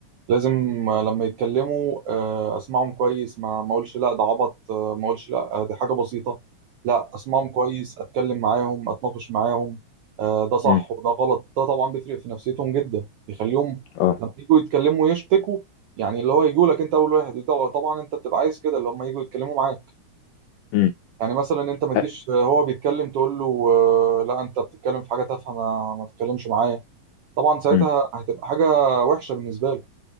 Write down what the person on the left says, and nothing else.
امم
اه
امم
أ-
امم